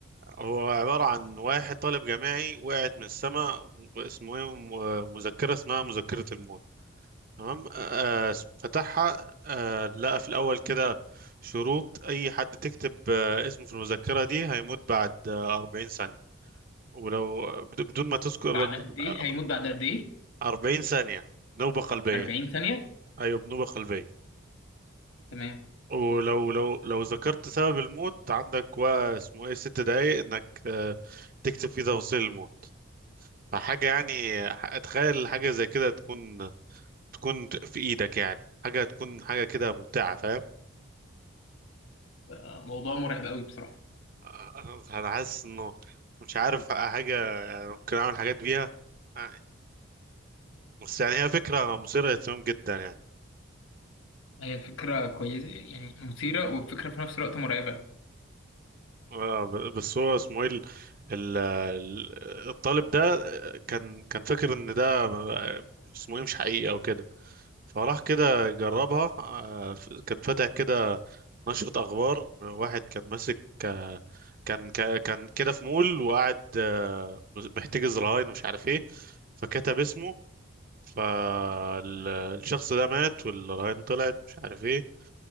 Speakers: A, on the right; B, on the left.
A: هو عباره عن واحد طالب جامعي وقعت من السماء اسمه ايه م- مذكره اسمها مذكره الموت تمام آه آه، فتحها آه لقى في الأول كده شروط أي حد تكتب آه اسمه في المذكرة دي هيموت بعد آه 40 ثانية ولو آه، بد- بدون ما تذكر
B: بعد قد ايه
A: آه،
B: هيموت بعد قد ايه
A: 40 ثانية نوبة قلبية
B: 40 ثانيه
A: أيوة بنوبة قلبية
B: تمام
A: ولو لو لو ذكرت سبب الموت عندك و اسمه ايه ست دقايق انك آه تكتب فيه تفاصيل الموت فحاجة يعني آه، تخيل حاجة زي كده تكون تكون في ايدك يعني حاجة تكون حاجة كده ممتعة فاهم
B: آه، موضوع مرعب قوي بصراحه
A: انا أنا حاسس انه مش عارف حاجه يعني ممكن اعمل حاجات بيها يعني- بس يعني هي فكره مثيره للاهتمام جدا يعني
B: هي فكره كويسه يعني مثيره وفكره في نفس الوقت مرعبه
A: آه، ب- بس هو اسمه ايه ال- ال- ال- الطالب ده آه، كان كان فاكر ان ده آه، اسمه ايه مش حقيقي او كده فراح كده يجربها آه، ف- كان فاتح كده نشرة اخبار واحد كان ماسك آه، كان ك- كان كده في مول وقاعد آه، محتجز رهاين ومش عارف ايه فكتب اسمه فالشخص ده مات والرهائن طلعت مش عارف ايه